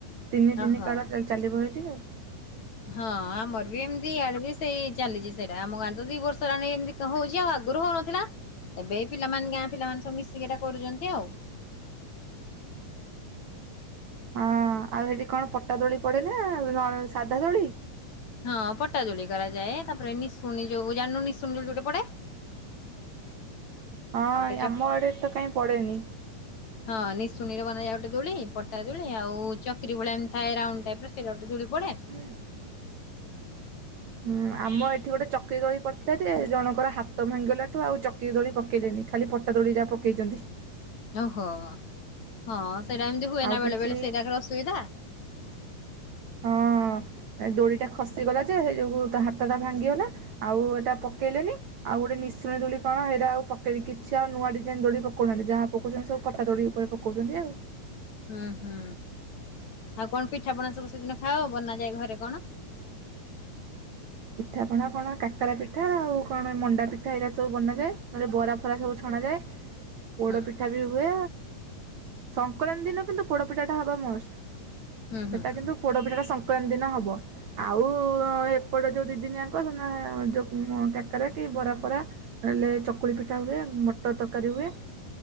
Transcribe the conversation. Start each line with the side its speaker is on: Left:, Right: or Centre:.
Right: ତିନି ତିନି
Left: ଓହୋ।
Right: କାଳ ଚାଲିବ ଏଇଠି ଆଉ
Left: ହଁ ଆମର ବି ଏମିତି ଇଆଡେ ବି ସେଇ ଚାଲିଛି ସେଇଟା ଆମ ଗାଁରେ ତ ଦି ବର୍ଷ ହେଲାଣି ଏମତି ହଉଛି ଆଉ ଆଗରୁ ହଉନଥିଲା ଏବେ ଏଇ ପିଲମାନେ ଗାଁ ପିଲାମାନେ ସବୁ ମିଶିକି ଏଟା କରୁଛନ୍ତି ଆଉ
Right: ହଁ ଆଉ ସେଠି କଣ ପଟା ଦୋଳି ପଡେ ନା କଣ ସାଧା ଦୋଳି?
Left: ହଁ ପଟା ଦୋଳି କରାଯାଏ ତାପରେ ନିଶୁଣି ଯୋଉ ଜାଣିନୁ ନିଶୁଣି ଦୋଳି ଗୋଟେ ପଡେ।
Right: ହଁ
Left: ଆଉ ଗୋଟେ
Right: ଏ
Left: ଚ
Right: ଆମ ଆଡେ ତ କାଇଁ ପଡେନି।
Left: ହଁ ନିଶୁଣୀର ବନେଇବା ଗୋଟେ ଦୋଳି ପଟା ଦୋଳି ଆଉ ଚକ୍ରି ଭଳିଆ ଏମିତି ଥାଏ ରାଉଣ୍ଡ ଟାଇପର ସେଇଟା ଗୋଟେ ଦୋଳି ପଡେ।
Right: <inaudible> ହୁଁ ଆମ ଏଠି ଗୋଟେ ଚକ୍ରି ତଳି ପଡିଥିଲା ଯେ ଜଣଙ୍କର ହାତ ଭାଙ୍ଗିଗଲାଠୁ ଆଉ ଚକ୍ରି ଦୋଳି ପକେଇଲେନି ଖାଲି ପଟା ଦୋଳି ଯାହା ପକେଇଚନ୍ତି।
Left: ଓହୋ ହଁ ସେଇଟା ଏମିତି ହୁଏନା
Right: ଆଉ
Left: ବେଳେ
Right: କିଛି
Left: ବେଳେ ସେଇଟାକାର ଅସୁବିଧା।
Right: ହଁ ଏ ଦୋଳିଟା ଖସିଗଲା ଯେ ହେଇଯୋଗୁ ତା ହାତଟା ଭାଙ୍ଗିଗଲା। ଆଉ ଏଟା ପକେଇଲେନି। ଆଉ ଗୋଟେ ନିଶୁଣୀ ଦୋଳି କଣ ହେଇରା ଆଉ ପକେଇ କିଛି ଆଉ ନୂଆ ଡିଜାଇନ ଦୋଳି ପକୋଉହାନ୍ତି ଯାହା ପକଉଚନ୍ତି ସବୁ ପଠା ଦୋଳି ଉପରେ ପକଉଚନ୍ତି ଆଉ।
Left: ହୁଁ ହୁଁ ଆଉ କଣ ପିଠାପଣା ସବୁ ସେଦିନ ଖାଅ ବନା ଯାଏ ଘରେ କଣ?
Right: ପିଠାପଣା କଣ କାକରା ପିଠା ଆଉ କଣ ମଣ୍ଡା ପିଠ ଏଇରା ସବୁ ବନାଯାଏ ନହେଲେ ବରା ଫରା ସବୁ ଛଣା ଯାଏ। <inaudible> ପୋଡପିଠା
Left: ହୁଁ
Right: ବି ହୁଏ ସଂକ୍ରାନ୍ତି ଦିନ କିନ୍ତୁ ପୋଡପିଠାଟା ହବା ମଷ୍ଟ।
Left: ହୁଁ ହୁଁ।
Right: ସେଟା କିନ୍ତୁ ପୋଡପିଠାଟା ସଂକ୍ରାନ୍ତି ଦିନ ହବ ଆଉ ଏପଟ ଯୋଉ ଦିଦିନିଆଙ୍କ ସେ ଦିନ ହେ ଯୋଉ ମ କାକରା କି ବରାଫରା ନହଲେ ଚକୁଳି ପିଠା ହୁଏ ମଟର ତରକାରୀ ହୁଏ।